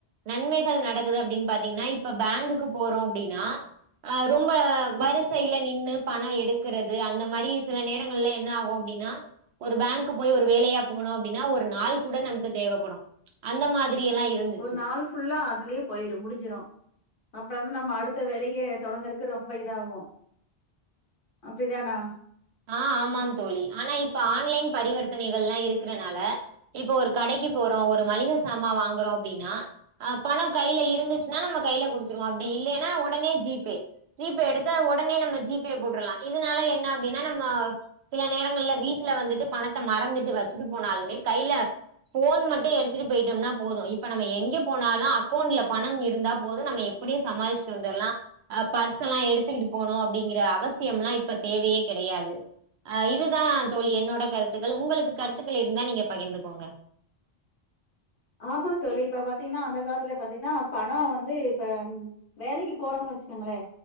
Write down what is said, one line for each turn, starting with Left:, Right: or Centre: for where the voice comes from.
Right: நன்மைகள் நடக்குது அப்டின்னு பா்த்தீங்கன்னா இப் இப்ப பேங்குக்கு போறோ அப்படின்னா அ ரொம்ப வரிசையில நின்னு பணம் எடுக்கிறது அந்த மாரி சில நேரங்கள்ல என்ன ஆகும் அப்படின்னா ஒரு பேங்க்கு போய் ஒரு வேலையா போனோ அப்படின்னா ஒரு நாள் கூட நமக்கு தேவப்படும் அந்த மாதிரி எல்லா இருந்துச்சு
Left: ஒரு நாள் ஃபுல்லா அதுலயே போயிரும் முடிஞ்சிரு அப்புறம் வந்து நம்ம அடுத்த ளைய தொடங்குரக்கு ரொம்ப இதாகு அப்படிதானா
Right: ஆஹ் ஆமாம்
Left: ம்.
Right: தோழி ஆனா இப் இப்ப ஆன்லைன் பரிவர்த்தனைகள்லா இருக்கறனால இப்போ ஒரு கடைக்கு போறோ ஒரு மளிக சாமா வாங்குறோ அ அப்படின்னா பணம் கையில இருந்துச்சுன்னா நம்ம கையில கொடுத்துருவோ அப்படி இல்லன்னா உடனே ஜி பே ஜி பே எடுத்து உடனே நம்ம ஜி பே போட்டுலா இதனால என்ன அப்டினா நம்ம சில நேரங்கள்ல வீட்டுல வந்துட்டு பணத்த மறந்துட்டு வச்சுட்டு போனாலுமே கையில போன் மட்டு எடுத்துட்டு போயிட்டோம்னா போது இப்ப நம்ம எங்க போனாலு அக்கௌண்ட்ல பணம் இருந்தா போது நம்ம எப்படியு சமாளிச்சுட்டு வந்தர்லா அ பர்ஸ் எல்லா எடுத்துக்கிட்டு போணு அப்படிங்கிற அவசியம்லா இப்ப தேவையே கெடையாது அஹ் இதுதா தோழி என்னோட கருத்துக்கள் உங்களுக்கு கருத்துக்கள் இருந்தா நீங்க பகிர்ந்துக்கோங்க
Left: ஆமா தோழி இப்ப பாத்தீங்கன்னா அந்த காலத்துல பாத்தீங்கன்னா பணம் வந்து இப்ப வேலைக்கு போறோன்னு வச்சுக்கோங்களே